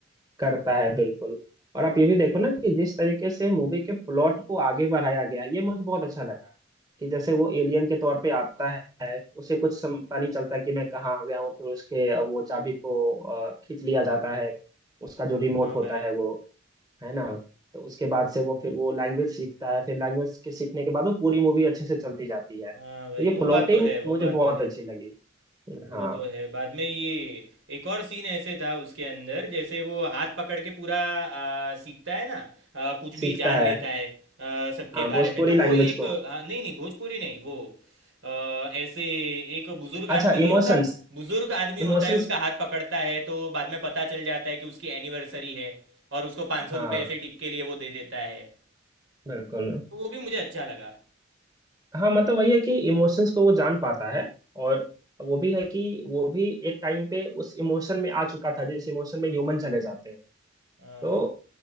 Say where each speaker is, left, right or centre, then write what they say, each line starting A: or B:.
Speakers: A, on the right; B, on the right.
A: करता है बिल्कुल और आप ये भी देखो ना कि जिस तरीके से मूवी के प्लॉट को आगे बढ़ाया गया ये मुझे बहुत अच्छा लगा कि जैसे वो एलियन के तौर पे आता है उसे कुछ सम- पता नहीं चलता कि मैं कहाँ आ गया हूँ फिर उसके अ, वो चाबी को अ, खींच लिया जाता है उसका जो रिमोट
B: हाँ
A: होता
B: भाई
A: है वो है ना तो उसके बाद से वो फिर वो लैंग्वेज सीखता है फिर लैंग्वेज के सीखने के बाद वो पूरी मूवी अच्छे से चलती जाती है
B: हाँ
A: तो
B: भाई
A: ये
B: वो
A: प्लॉटिंग
B: बात तो है वो
A: मुझे
B: बात
A: बहुत
B: तो है
A: अच्छी लगी
B: वो
A: हाँ
B: तो है बाद में ये एक और सीन ऐसे था उसके अंदर जैसे वो हाथ पकड़ के पूरा आ, सीखता है ना आ, कुछ
A: सीखता
B: भी जान
A: है
B: लेता है आ, सबके
A: हाँ
B: बारे
A: भोजपुरी
B: में तो वो
A: लैंग्वेज
B: एक
A: को
B: हाँ, नहीं नहीं भोजपुरी नहीं वो आ, ऐसे एक बुजुर्ग
A: अच्छा
B: आदमी नहीं
A: इमोशंस
B: होता बुजुर्ग आदमी होता
A: इमोशंस
B: है उसका हाथ पकड़ता है तो बाद में पता चल जाता है कि उसकी एनिवर्सरी है और उसको पाँच सौ
A: हाँ
B: रुपये ऐसे टिप के लिए वो दे देता है
A: बिल्कुल
B: तो वो भी मुझे अच्छा लगा
A: हाँ मतलब वही है कि इमोशंस को वो जान पाता है और वो भी है कि वो भी एक टाइम पे उस इमोशन में आ चुका था जिस इमोशन में ह्यूमन चले जाते हैं
B: हाँ
A: तो
B: भाई